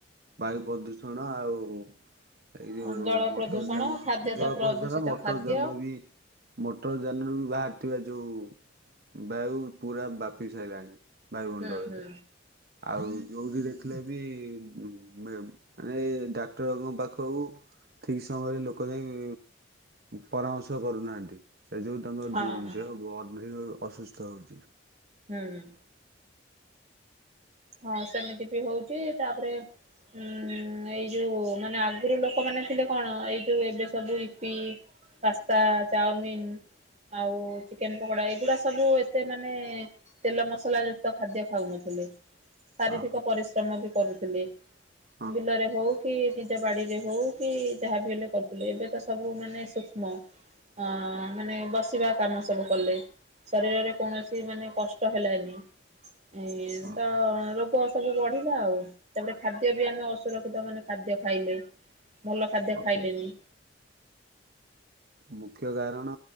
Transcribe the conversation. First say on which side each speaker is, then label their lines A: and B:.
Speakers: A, on the right; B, on the right.
A: ବାୟୁ ପ୍ରଦୂଷଣ ଆଉ ଏଇ ଯୋଉ
B: ହୁଁ ଜଳ
A: ମଟର
B: ପ୍ରଦୂଷଣ
A: ଯାନ।
B: ଖାଦ୍ୟ
A: ଜଳ
B: ତ ପ୍ରଦୂଷିତ
A: ପରିସ୍କାର ମଟର
B: ଖାଦ୍ୟ
A: ଯାନ ବି ମଟର ଯାନରୁ ବାହାରିଥିବା ଯୋଉ ବାୟୁ ପୁରା ବାପି ସାଇଲାଣି। ବାୟୁମଣ୍ଡଳରେ
B: ହୁଁ ହୁଁ
A: ଆଉ ଯୋଉଠି ଦେଖିଲେ ବି ମି-ମିଳେ। ମାନେ ଡାକ୍ତରବାବୁଙ୍କ ପାଖକୁ ଠିକ୍ ସମୟରେ ଲୋକ ଯାଇଁ ପରାମର୍ଶ କରୁନାହାଁନ୍ତି ସେ ଯୋଗୁଁ ତାଙ୍କ
B: ହଁ
A: ଦୁ ଦେହ ଗଭୀର ଅସୁସ୍ଥ ହଉଚି।
B: ହୁଁ। ହଁ ସେମିତି ବି ହଉଚି ତା, ପରେ ହୁଁ ଏଇ ଯୋଉ ମାନେ ଆଗୁରୁ ଲୋକମାନେ ଥିଲେ କଣ ଏଇ ଯୋଉ ଏବେ ସବୁ ଇପି ପାସ୍ତା ଚାଉମିନ୍ ଆଉ ଚିକେନ୍ ପକୋଡା ଏଇଗୁଡା ସବୁ ଏତେ ମାନେ ତେଲ ମସଲା ଯୁକ୍ତ ଖାଦ୍ୟ ଖାଉନଥିଲେ। ଶାରୀରିକ
A: ଓହୋ
B: ପରିଶ୍ରମ ବି କରୁଥିଲେ
A: ହଁ
B: ବିଲରେ ହଉ କି ନିଜ ବାଡ଼ିରେ ହୋଉ କି ଯାହାବି ହେଲେ କରୁଥିଲେ ଏବେ ତ ସବୁ ମାନେ ସି ମ ଆ ମାନେ ବସିବା କାମ ସବୁ କଲେ। ଶରୀରରେ କୌଣସି ମାନେ କଷ୍ଟ ହେଲାନି। ଏଇ
A: ଓହୋ
B: ତ ରୋଗ ସବୁ ବଢ଼ିଲା ଆଉ। ତାପରେ ଖାଦ୍ୟ ବି ଆମେ ଅସୁରକ୍ଷିତ ମାନେ ଖାଦ୍ୟ ଖାଇଲେ। ଭଲ ଖାଦ୍ୟ
A: ଅସୁ
B: ଖାଇଲେନି।
A: ମୁଖ୍ୟ କାରଣ